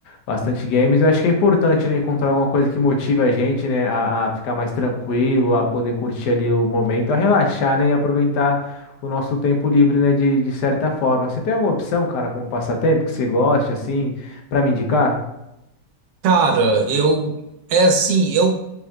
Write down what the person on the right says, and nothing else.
Cara, eu é assim, eu